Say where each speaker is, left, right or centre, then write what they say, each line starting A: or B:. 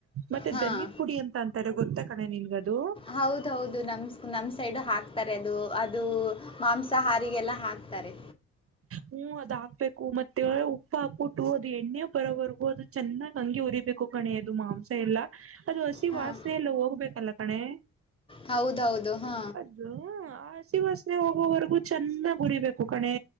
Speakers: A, on the right (about 50°); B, on the left (about 15°).
A: ಮತ್ತೆ
B: ಹಾಂ
A: ಧನಿದ ಪುಡಿ ಅಂತ ಅಂತಾರೆ ಗೊತ್ತ ಕಣೆ ನಿನ್ಗ ಅದು.
B: ಹೌದ ಹೌದ ನಮ್ ನಮ್ ಸೈಡು ಹಾಕ್ತಾರೆ ಅದು ಅದು.. ಮಾಂಸ ಹಾರಿಗೆಲ್ಲ ಹಾಕ್ತಾರೆ.
A: ಹ್ಮ ಅದ ಹಾಕ್ಬೇಕು ಮತ್ತೆ ಉಪ್ಪು ಹಾಕ್ಬಿಟ್ಟು ಅದು ಎಣ್ಣೆ ಬರೋವರೆಗೂ ಅದು ಚೆನ್ನಾಗ್ ಹಂಗೆ ಉರಿಬೇಕು. ಕಣೆ ಅದು ಮಾಂಸ ಎಲ್ಲಾ ಅದು ಹಸಿ
B: ಹಾಂ
A: ವಾಸನೆ ಎಲ್ಲ ಹೋಗ್ಬೇಕಲ್ಲ ಕಣೆ.
B: ಹೌದೌ ಹೌದ ಹಾ
A: ಅದು ಹಸಿವಾಸನೆ ಹೋಗೋವರೆಗು ಚೆನ್ನಾಗ್ ಉರಿಬೇಕು ಕಣೆ